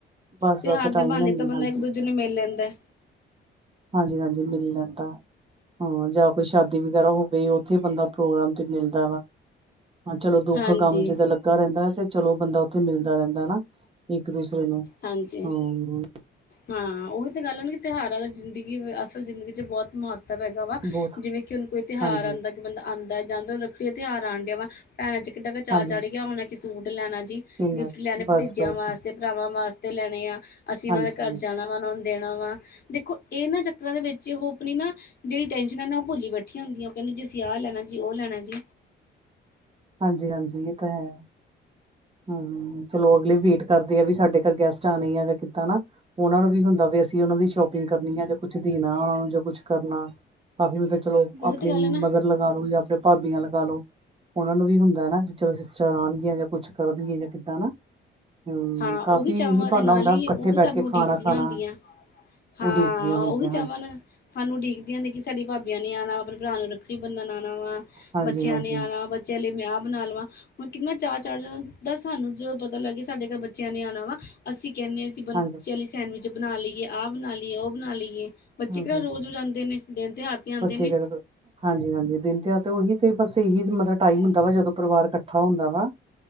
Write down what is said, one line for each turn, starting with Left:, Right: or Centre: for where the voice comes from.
Right: ਬਸ
Left: ਤਿਉਹਾਰ
Right: ਬਸ
Left: ਦੇ
Right: ਟਾਈਮ
Left: ਬਹਾਨੇ
Right: ਹੈਨੀ
Left: ਤਾਂ ਬੰਦਾ
Right: ਹਾਂਜੀ
Left: ਇੱਕ ਦੂਜੇ ਨੂੰ ਮਿਲ ਲੈਂਦਾ।
Right: ਹਾਂਜੀ ਹਾਂਜੀ, ਮਿਲਤਾ ਜਾਂ ਕੋਈ ਸ਼ਾਦੀ ਵਗੈਰਾ ਹੋ ਵੀ ਉੱਥੇ ਬੰਦਾ ਪ੍ਰੋਗਰਾਮ ਤੇ ਮਿਲਦਾ ਵਾ ਹਾਂ ਚਲੋ ਦੁੱਖ
Left: ਹਾਂਜੀ
Right: ਕੰਮ ਜਿਦ ਲ <unintelligible> ਰਹਿੰਦਾ ਤੇ ਚਲੋ ਬੰਦਾ ਉੱਥੇ ਮਿਲਦਾ ਰਹਿੰਦਾ ਹਨਾਂ ਇੱਕ ਦੂਸਰੇ ਨੂੰ
Left: ਹਾਂਜੀ।
Right: ਹੂੰ
Left: ਹਾਂ ਉਹੀ ਤਾਂ ਗੱਲ ਏ ਕਿ ਤਿਉਹਾਰਾਂ ਜ਼ਿੰਦਗੀ ਅਸਲ ਜ਼ਿੰਦਗੀ ਚ ਬਹੁਤ ਮਹੱਤਵ ਹੈਗਾ ਵਾ
Right: ਬਹੁਤ
Left: ਜਿਵੇਂ ਕਿ ਉਹ ਕੋਈ ਤਿਉਹਾਰ
Right: ਹਾਂਜੀ
Left: ਆਂਦਾ ਕਿ ਬੰਦਾ ਆਂਦਾ ਜਾਂਦਾ ਰੱਖੜੀ ਦਾ ਤਿਉਹਾਰ ਆਉਣ ਡਿਆ ਵਾ ਭੈਣਾਂ ਚ ਕਿੱਡਾ ਕ ਚਾਰ
Right: ਹਾਂਜੀ
Left: ਚੱੜ ਗਿਆ ਹੁਣਾ ਕਿ ਸੂਟ ਲੈਣਾ ਜੀ,
Right: ਕਿੰਨਾ
Left: ਗਿਫਟ ਲੈਣੇ
Right: ਬਸ
Left: ਭਤੀਜਿਆਂ
Right: ਬਸ
Left: ਵਾਸਤੇ। ਭਰਾਵਾਂ ਵਾਸਤੇ ਲੈਣੇ ਆ, ਅਸੀਂ
Right: ਹਾਂਜੀ
Left: ਉਹਨਾਂ ਦੇ ਘਰ ਜਾਣਾ ਵਾ ਉਹਨਾਂ ਨੂੰ ਦੇਣਾ ਵਾ। ਦੇਖੋ ਇਹਨਾਂ ਚੱਕਰਾਂ ਦੇ ਵਿੱਚ ਉਹ ਆਪਣੀ ਨਾ ਜਿਹੜੀ ਟੈਨਸ਼ਨ ਹੈ ਨਾ ਉਹ ਭੁੱਲੀ ਬੈਠ ਹੁੰਦੀ ਆ, ਕਹਿੰਦੀ ਜ ਅਸੀਂ ਆਹ ਲੈਣਾ ਜੀ, ਉਹ ਲੈਣਾ ਜੀ
Right: ਹਾਂਜੀ ਹਾਂਜੀ ਇਹ ਤਾਂ ਹੈ, ਹਮ ਚਲੋ ਅਗਲੀ ਵੇਟ ਕਰਦੇ ਵੀ ਸਾਡੇ ਘਰ ਗੈਸਟ ਆਣੇ ਆ ਜਾਂ ਕਿੱਦਾਂ ਨਾ, ਉਹਨਾ ਨੂੰ ਵੀ ਹੁੰਦਾ ਵੀ ਅਸੀਂ, ਉਹਨਾ ਦੀ ਸ਼ੋਪਿੰਗ ਕਰਨੀ ਆ ਜਾਂ ਕੁਛ ਦੇਣਾ ਉਹਨਾਂ ਨੂੰ ਜਾਂ ਕੁਛ ਕਰਨਾ, ਕਾਫੀ ਮਤਲਬ ਚਲੋ
Left: ਉਹੀ
Right: ਆਪਣੀ
Left: ਤਾਂ ਗੱਲ
Right: ਮਦਰ
Left: ਹੈ ਨਾ
Right: ਲਗਾ ਲੋ ਜਾਂ ਆਪਣੇ ਭਾਬੀਆਂ ਲਗਾ ਲ ਲੋ। ਉਹਨਾਂ ਨੂੰ ਵੀ ਹੁੰਦਾ ਨਾ, ਵੀ ਚਲ ਸਿਸਟਰ ਆਉਣਗੀਆ ਜਾਂ ਕੁਛ ਕਰਨਗੀਆਂ, ਜਾਂ ਕਿੱਦਾਂ ਨਾ ਹਮ
Left: ਹਾਂ
Right: ਕਾਫੀ
Left: ਉਹੀ ਚਾਵਾਂ
Right: ਹੀ ਬਹਾਨਾ
Left: ਦੇ ਨਾਲ
Right: ਹੁੰਦਾ
Left: ਹੀ,
Right: ਇਕੱਠੇ
Left: ਉਹ ਵੀ ਸਾਨੂੰ
Right: ਬੈਠ ਕੇ
Left: ਉਡੀਕਦੀਆਂ
Right: ਖਾਣਾ ਖਾਣਾ
Left: ਹੁੰਦੀਆਂ। ਹਾਂ
Right: ਉਡੀਕਦੀਆਂ ਹੁੰਦੀਆਂ
Left: ਉਹੀ ਚਾਵਾਂ
Right: ਹਾਂਜੀ
Left: ਨਾ, ਸਾਨੂੰ ਉਡੀਕਦੀ ਹੁੰਦੀ ਕਿ ਸਾਡੀ ਭਾਬੀਆਂ ਨੇ ਆਉਣਾ ਵਾ, ਆਪਣੇ ਭਰਾ ਨੂੰ ਰੱਖੜ ਬੰਨਣ ਆਉਣਾ ਵਾ,
Right: ਹਾਂਜੀ
Left: ਬੱਚਿਆਂ
Right: ਹਾਂਜੀ
Left: ਨੇ ਆਉਣਾ ਵਾ ਚਲੇ ਮੈਂਹ ਆ ਬਣਾ ਲਵਾਂ, ਹੁਣ ਕਿੰਨਾ ਚਾਅ ਚੜ ਜਾਦਾ ਸਾਨੂੰ, ਜਦੋਂ ਪਤਾ ਲੱਗੇ ਸਾਡੇ ਬੱਚਿਆਂ ਨੇ ਆਉਣਾ ਵਾ, ਅਸੀਂ ਕਹਿੰਦੇ ਹਾਂ ਅਸੀ ਬੱਚਿਆ
Right: ਹਾਂਜੀ
Left: ਲਈ ਸੈਂਡਵਿਚ ਬਣਾ ਲਈਏ, ਆਹ ਬਣਾ ਲਈਏ, ਉਹ ਬਣਾ ਲਈਏ ਬੱਚੇ
Right: ਹਮ
Left: ਕਿਹੜਾ
Right: ਹਮ
Left: ਰੋਜ਼ ਆਂਦੇ ਨੇ, ਦਿਨ ਤਿਉਹਾਰ ਤੇ ਆਉਂਦੇ
Right: ਬੱਚੇ
Left: ਨੇ
Right: ਕਰ ਹਾਂਜੀ ਹਾਂਜੀ, ਦਿਨ ਤਿੳਆਰ ਤੇ ਉਹੀ ਤੇ ਬਸ ਇਹੀ ਟਾਈਮ ਹੁੰਦਾ ਵਾ ਜਦੋਂ ਪਰਿਵਾਰ ਇਕੱਠਾ ਹੁੰਦਾ ਵਾ,